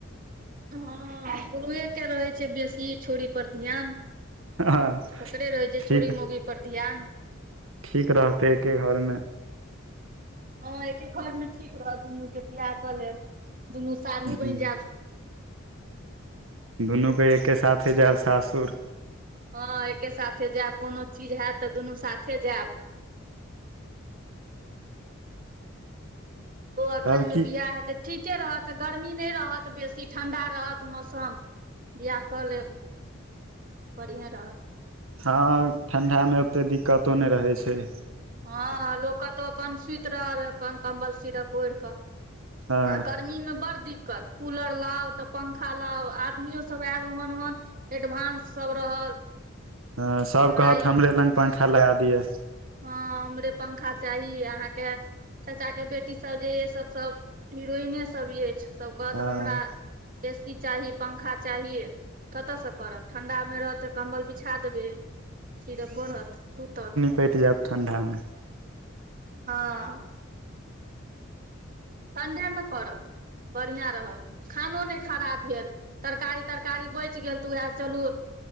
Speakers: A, on the right; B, on the right.
A: हँ गुरुए के रहैत छैय बेसी छोरी पर ध्यान।
B: हँ
A: ओकड़े रहै छैय
B: ठीक
A: छौरी मौगी पर ध्यान।
B: ठीक रहतै एके घरमे
A: हँ एके घर मे ठीक रहत दुनू के बियाह कऽ लेब दुनू साढ़ू
B: हूं
A: बनि जायब
B: दुनू के एके साथे जायब सासुर।
A: हँ एके साथे जैब कोनो चीज हैत तऽ दुनू साथे जैब। ओ अगहन
B: तब
A: मे
B: की
A: बियाह हेतै ठीके रहत गर्मी नहि रहत बेसी ठंडा रहत मौसम। बिआह कऽ लेब बढ़िआँ रहत।
B: हँ ठण्डामे ओते दिक्कतो नहि रहै छैय।
A: हँ लोक कतव अपन सुति रहल अपन कम्बल सिरक ओयढ़ क
B: हँ
A: आ गर्मी में बड़ दिक्कत। कूलर लाउ तऽ पंखा लाउ आदमियो सब आयल ओहन ओहन एडवानंस सब रहल।
B: हँ सब
A: हमरा
B: कहत हमरे लग पङखा लगा दिय।
A: हाँ उमरे पंखा चाही अहाँके चाचा के बेटीसभ जे य सभ सब हिरोइने सभ अछि सभ कहतऽ
B: हँ
A: हमरा ए सी चाही पंखा चाह। कत्तसँ करब ठंडा में रहत तऽ कम्बल बिछा देबै सीरक ओरहत सुतत।
B: कैट जैब ठण्डा मे।
A: हाँ ठण्डेमे करब बढ़ियां रहत। खानो नय खराब भेल तरकारी तरकारी बैच गेल तऽ उएह चलू